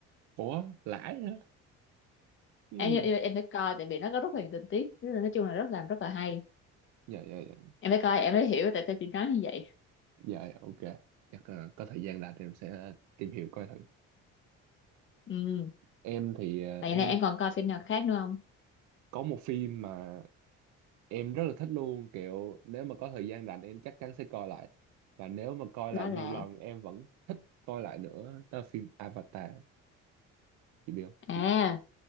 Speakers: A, on the right; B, on the left.
A: ủa lãi hả ừ
B: em em, em phải coi tại vì nó có rất là nhiều tình tiết Rất là- nói chung là rất làm rất là hay
A: dạ dạ dạ
B: em phải coi em mới hiểu tại sao chị nói như vậy
A: dạ dạ, ok chắc là có thời gian là em sẽ tìm hiểu coi thử
B: ừ
A: em thì ờ,
B: vậy
A: em
B: này em còn coi phim nào khác nữa không
A: có một phim mà em rất là thích luôn kiểu nếu mà có thời gian rảnh em chắc chắn sẽ coi lại và nếu mà coi
B: đó
A: lại
B: là
A: nhiều lần em vẫn thích coi lại nữa đó là phim Avatar chị biết không
B: à
A: chị